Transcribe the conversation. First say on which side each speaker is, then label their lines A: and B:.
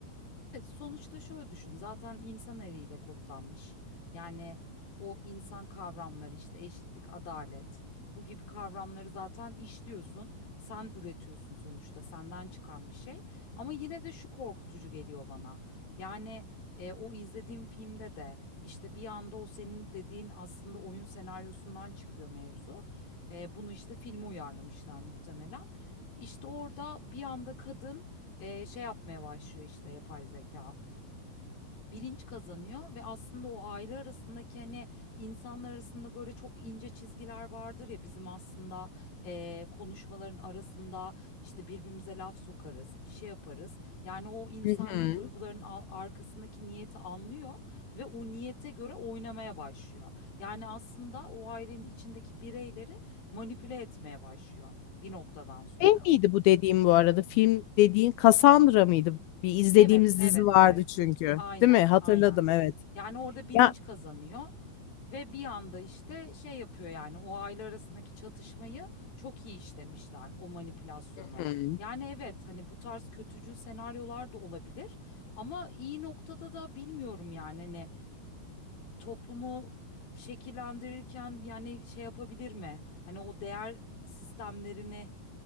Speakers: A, on the left (about 65°); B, on the left (about 80°).
A: E, Sonuçta şöyle düşün zaten insan eliyle kodlanmış yani o insan kavramları işte eşitlik, adalet bu gibi kavramları zaten işliyorsun sen üretiyorsun sonuçta senden çıkan bir şey ama yine de şu korkutucu geliyor bana yani e, o izlediğim filmde de işte bir anda o senin dediğin aslında oyun senaryosundan çıkıyor mevzu E, bunu işte filme uyarlamışlar muhtemelen İşte orada bir anda kadın e, şey yapmaya başlıyor işte yapay zeka. Bilinç kazanıyor ve aslında o aile arasındaki hani insanlar arasında böyle çok ince çizgiler vardır ya bizim aslında e, konuşmaların arasında işte birbirimize laf sokarız, bir şey yaparız. Yani o insani
B: Hı hı.
A: duyguların al- arkasındaki niyeti anlıyor ve o niyete göre oynamaya başlıyor. Yani aslında o ailenin içindeki bireyleri manipüle etmeye başlıyor bir noktadan sonra.
B: Ne miydi bu dediğim bu arada? Film dediğin Cassandra mıydı? Bir izlediğimiz
A: Evet, evet,
B: dizi vardı
A: evet.
B: çünkü.
A: Aynen,
B: Değil mi? Hatırladım
A: aynen.
B: evet.
A: Yani orada bilinç
B: Ya
A: kazanıyor ve bir anda işte şey yapıyor yani o aile arasındaki çatışmayı çok iyi işlemişler o manipülasyonu.
B: Hmm.
A: Yani evet hani bu tarz kötücül senaryolar da olabilir ama iyi noktada da bilmiyorum yani hani toplumu şekillendirirken yani şey yapabilir mi? Hani o değer sistemlerini